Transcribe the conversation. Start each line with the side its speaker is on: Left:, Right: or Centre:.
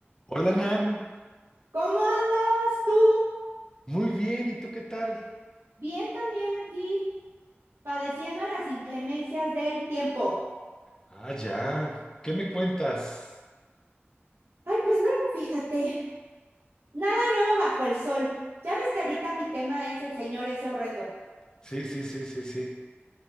Left: Hola Nan,
Right: ¿Cómo andas tú?
Left: muy bien, ¿y tú qué tal?
Right: Bien también aquí, padeciendo las inclemencias del tiempo.
Left: Ah, ya, ¿qué me cuentas?
Right: Ay, pues nada, fíjate, nada nuevo bajo el sol. Ya ves que ahorita mi tema es el señor ese horrendo,
Left: Sí, sí, sí, sí, sí,